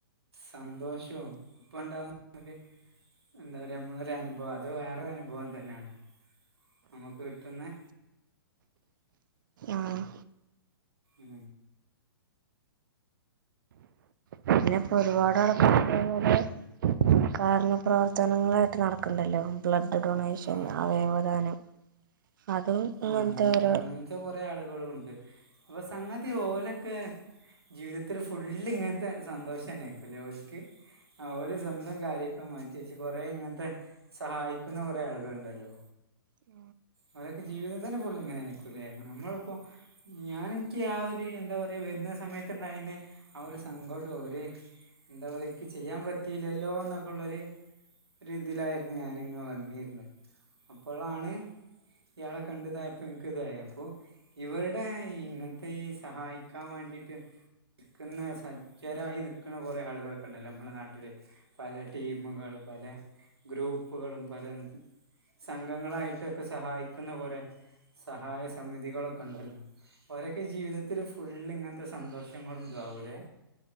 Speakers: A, on the right (about 75°); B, on the right (about 55°).
A: സന്തോഷവും അപ്പൊ ഉണ്ടാവുന്നത് എന്താ പറയ നമ്മളൊ ഒരു അനുഭവം അത് വേറൊ അനുഭവം തന്നെയാണ് നമുക്ക് കിട്ടുന്നെ
B: ആഹ്
A: ഉ
B: പിന്നെ ഇപ്പൊ ഒരുപാട് ആൾക്കാർ പോലെ കാരുണ്ണ്യ പ്രവർത്തനങ്ങളായിട്ട് നടക്കണ്ടല്ലോ ബ്ലഡ് ഡൊണേഷൻ
A: ആ
B: അവയവദാനം അതും ഇങ്ങനത്തെ
A: ആഹ
B: ഓരോ
A: അങ്ങനത്തെ കുറെ ആളുകളും ഉണ്ട് അപ്പൊ സംഗതി ഓലൊക്കെ ജീവിതത്തിൽ ഫുള് ഇങ്ങനത്തെ സന്തോഷം ന്നെരിക്കും ഓൽക്ക് അവര് സ്വന്തം കാര്യമൊക്കെ മാറ്റി വെച്ച് കുറെേ ഇങ്ങനത്തെ സഹായിക്കുന്ന കുറെ ആളുകളുണ്ടല്ലോ
B: ഉ
A: അവരൊക്കെ ജീവിതം തന്നെ ഫുള് ഇങ്ങനെ ആയിരിക്കുലെ നമ്മളിപ്പോ ഞാന് എനിക്ക് ആ ഒരു എന്താ പറ വരുന്ന സമയത്തുണ്ടായിരുന്ന ആ ഒരു സങ്കടം ഒരു എന്താ പറ എനിക്ക് ചെയ്യാൻ പറ്റിയില്ലല്ലോ എന്നൊക്കെ ഉള്ളൊരു ഒരു ഇതിലായിരുന്നു ഞാനങ്ങ് വന്നരുന്നെ അപ്പോഴാണ് ഇയാളെ കണ്ട് ഇതായപ്പോ എനിക്ക് ഇതയെ അപ്പോ ഇവിടെ ഇങ്ങനത്തെ ഈ സഹായിക്കാൻ വേണ്ടിട്ട് നിക്കുന്ന സജ്ജര ഇത് ഇക്കുന്ന കുറേ ആളുകളൊക്കെണ്ടല്ലോ മ്മളെ നാട്ടില് പലേ ടീമുകൾ പലേ ഗ്രൂപ്പുകളും പല സംഘങ്ങളായിട്ടൊക്കെ സഹായിക്കുന്ന കൊറെ സഹായ സമിതികളൊക്കെണ്ടല്ലൊ ഓരെക്കെ ജീവിതത്തില് ഫുള്ളിങ്ങൻത്തെ സന്തോഷങ്ങളുണ്ടാകുല്ലേ